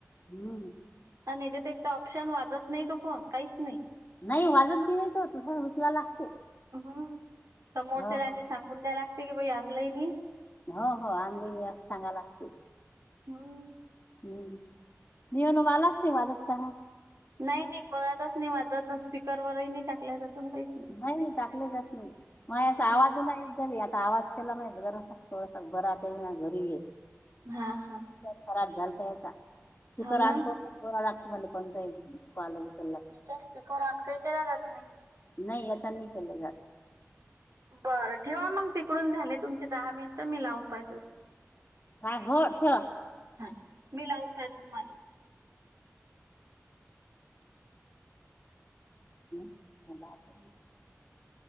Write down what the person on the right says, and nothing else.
आणि याच्यात एक ऑप्शन वाजत नाही तो फोन काहीच नाही.
हम्म समोरच्या
आणि
ते सांगून द्याय लागते की बाई आणलंय नाही.
मग
नाही नाही कोणाचच नाही वाजत स्पीकरवरही नाही टाकल्या जातून काहीच नाही.
हम्म.
हा हा
हाव ना.
जास्ती कोरान कइ केल्या जात नाही.
बरं ठेवा मग तिकडून झाले, तुमचे दहा मिनिट मी लावून पाहिते.
हा मी लावून पायच माल